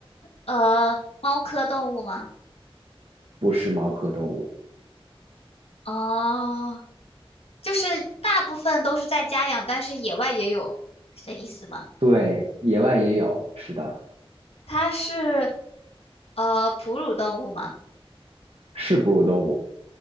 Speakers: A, on the left (about 80°); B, on the right (about 75°).
A: 呃猫科动物吗？
B: 不是猫科动物，
A: 哦，就是大部分都是在家养，但是野外也有，是这意思吗？
B: 对，野外也有，是的，
A: 它是呃哺乳动物吗？
B: 是哺乳动物，